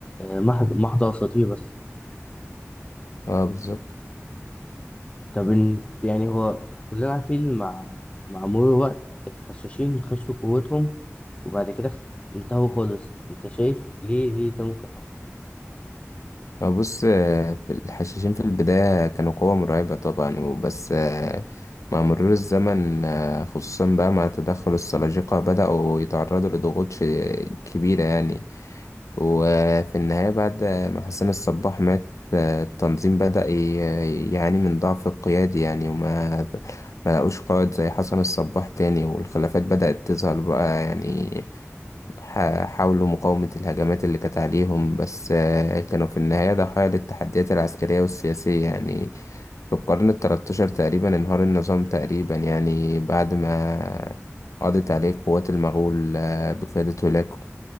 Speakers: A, on the left; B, on the left.
A: محض محض أساطير بس
B: اه بالظبط
A: طب إن- يعني هو كلنا عارفين مع مع مرور الوقت الحشاشين خسروا قوتهم وبعد كده اخت- انتهوا خالص انت شايف ليه ليه ده ممكن حصل
B: بص آه، الحشاشين في البداية كانوا قوة مرعبة طبعا وبس آه، مع مرور الزمن آه، خصوصا بقى مع تدخل السلاجقة بدأوا يتعرضوا لضغوط ش- كبيرة يعني وفي النهاية بعد ما حسن الصباح مات آه، التنظيم بدأ ي- يعاني من ضعف القيادي يعني وما ب- ما لقوش قائد زي حسن الصباح تاني والخلافات بدأت تظهر بقى يعني ح- حاولوا مقاومة الهجمات اللي كانت عليهم بس آه، كانوا في النهاية ضحايا للتحديات العسكرية والسياسية يعني في القرن التلتاشر تقريبا انهار النظام تقريبا يعني بعد ما قضت عليه قوات المغول آه، بقيادة هولاكو